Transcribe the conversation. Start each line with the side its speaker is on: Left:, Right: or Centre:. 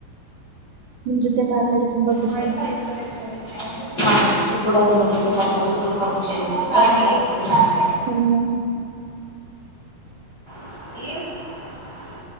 Right: ನಿಮ್ ಜೊತೆ ಮಾತಾಡಿ ತುಂಬಾ ಖುಷಿ
Left: ವಯಸ್ಯ
Right: ಆಯ್ತು
Left: ಒಂದ ಹಾ ನನ್ಗೂ ಕೂಡ ನಿಮ್ಮ ಜೊತೆ ಮಾತಾಡ ತುಂಬಾ ಖುಷಿ ಆು
Right: ಎಲ್ಲ
Left: <inaudible>